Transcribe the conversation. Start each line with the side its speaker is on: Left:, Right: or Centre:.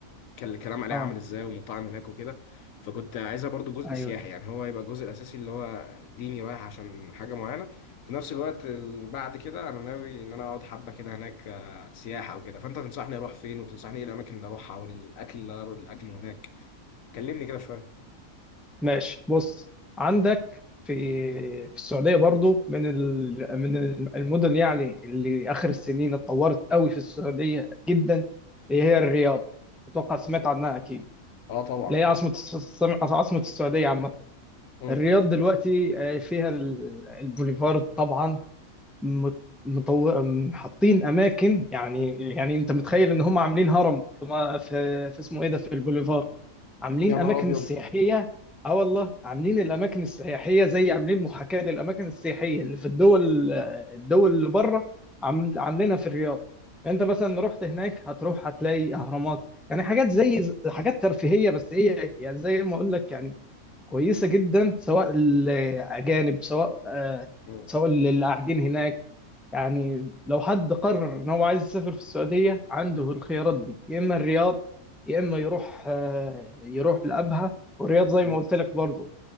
Left: كان الكلام عليه
Centre: اه
Left: عامل ازاي والمطاعم هناك وكده فكنت عايزها برضو جزء
Centre: ايوه
Left: سياحي يعني هو يبقى الجزء الاساسي اللي هو ديني رايح عشان حاجه معينه في نفس الوقت ال- بعد كده انا ناوي ان انا اقعد حبه كده هناك آه، سياحه وكده فانت تنصحني اروح فين وتنصحني ايه الاماكن اللي اروحها والاكل اللي أنا- الاكل هناك كلمني كده شويه
Centre: ماشي بص عندك في في السعوديه برضو من ال... من المدن يعني اللي اخر السنين اتطورت قوي في السعوديه جدا هي الرياض اتوقع سمعت عنها اكيد
Left: اه طبعا
Centre: اللي هي عاصمة الس- عاصمة السعودية عامة
Left: مم.
Centre: الرياض دلوقتي آه، فيها ال- البوليفارد طبعا مت- مطو... م- حاطين أماكن يعني يعني أنت متخيل إن هم عاملين هرم في, ما- في, في اسمه إيه ده في البوليفارد عاملين
Left: يا نهار
Centre: اماكن
Left: ابيض
Centre: السياحيه اه والله عاملين الاماكن السياحيه زي عاملين محاكاه للاماكن السياحيه اللي في الدول الدول اللي بره عامل- عاملينها في الرياض يعني انت مثلا رحت هناك هتروح هتلاقي اهرامات يعني حاجات زي حاجات ترفيهيه بس هي يعني زي ما اقول لك يعني كويسة جدا سواء الأجانب سواء آه،
Left: مم.
Centre: سواء اللي قاعدين هناك يعني لو حد قرر إن هو عايز يسافر في السعودية عنده الخيارات دي يا إما الرياض يا إما يروح آه، يروح لأبها والرياض زي
Left: مم.
Centre: ما قلت لك برضه